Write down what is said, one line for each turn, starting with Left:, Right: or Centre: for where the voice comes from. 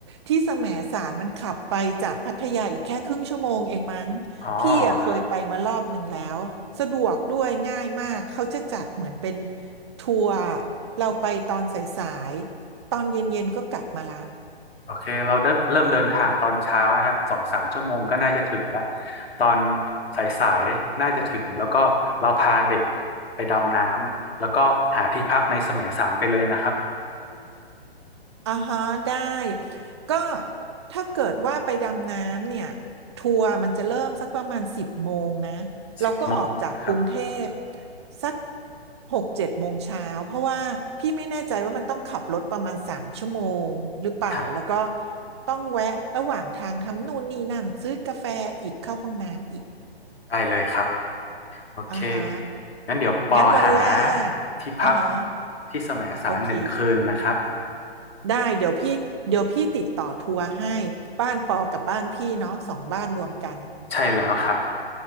Right: ที่แสมสารมันขับไปจากพัทยาอีกแค่ครึ่งชั่วโมงเองมั้งพี่อะเคยไปมารอบหนึ่งแล้วสะดวกด้วยง่ายมากเขาจะจัดเหมือนเป็น
Left: อ๋อ
Right: ทัวร์เราไปตอนสายๆตอนเย็นๆก็กลับมาละ
Left: โอเคเราเดิเริ่มเดินทางตอนเช้านะครับสองสามชั่วโมงก็น่าจะถึงละตอนสายๆน่าจะถึงแล้วก็เราพาเด็กไปดำน้ำแล้วก็หาที่พักในแสมสารไปเลยนะครับ
Right: อ่าฮะได้ก็ถ้าเกิดว่าไปดำน้ำเนี่ยทัวร์มันจะเริ่มสักประมาณสิบโมงนะเราก็ออกจากกรุงเทพ
Left: สิบโมงนะครับ
Right: สักหกเจ็ดโมงเช้าเพราะว่าพี่ไม่แน่ใจว่ามันต้องขับรถประมาณสามชั่วโมงหรือเปล่าแล้วก็
Left: ครับ
Right: ต้องแวะระหว่างทางทำนู่นนี่นั่นซื้อกาแฟอีกเข้าห้องน้ำอีก
Left: ได้เลยครับโอเค
Right: อ่าฮะ
Left: งั้นเดี๋ยวปอหา
Right: งั้นวันแรกอ่าฮะ
Left: ที่พักที่แสมสารหนึ่งคืนนะครับ
Right: โอเค ได้เดี๋ยวพี่เดี๋ยวพี่ติดต่อทัวร์ให้บ้านปอกับบ้านพี่เนาะสองบ้านรวมกัน
Left: ใช่แล้วครับ